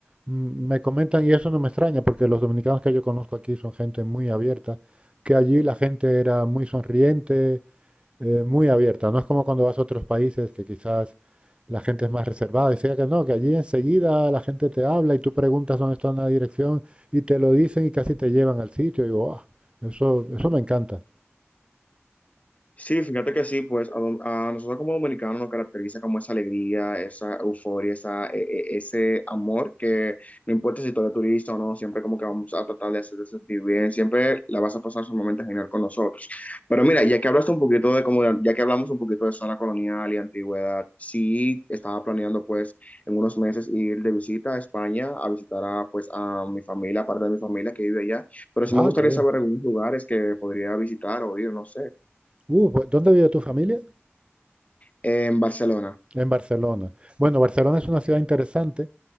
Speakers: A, on the right; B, on the left.
A: mm, me comentan, y eso no me extraña, porque los dominicanos que yo conozco aquí son gente muy abierta, que allí la gente era muy sonriente, eh, muy abierta. No es como cuando vas a otros países que quizás la gente es más reservada. Decía que no, que allí enseguida la gente te habla y tú preguntas dónde está una dirección y te lo dicen y casi te llevan al sitio. Y digo, ah, eso, eso me encanta.
B: Sí, fíjate que sí, pues a, dom- a nosotros como dominicanos nos caracteriza como esa alegría, esa euforia, esa, e- e- ese amor que no importa si tú eres turista o no, siempre como que vamos a tratar de hacerte sentir bien, siempre la vas a pasar sumamente genial con nosotros. Pero mira, ya que hablaste un poquito de como, ya que hablamos un poquito de zona colonial y antigüedad, sí estaba planeando pues en unos meses ir de visita a España a visitar a pues a mi familia, parte de mi familia que vive allá, pero sí
A: Ah,
B: me gustaría
A: qué bien.
B: saber algunos lugares que podría visitar o ir, no sé.
A: Uh, pues, ¿dónde vive tu familia?
B: En Barcelona.
A: En Barcelona. Bueno, Barcelona es una ciudad interesante